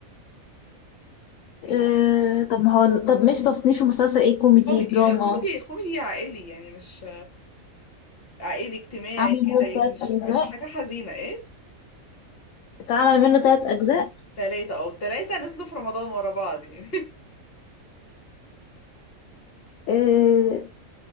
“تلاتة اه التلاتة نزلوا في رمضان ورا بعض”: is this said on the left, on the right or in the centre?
Left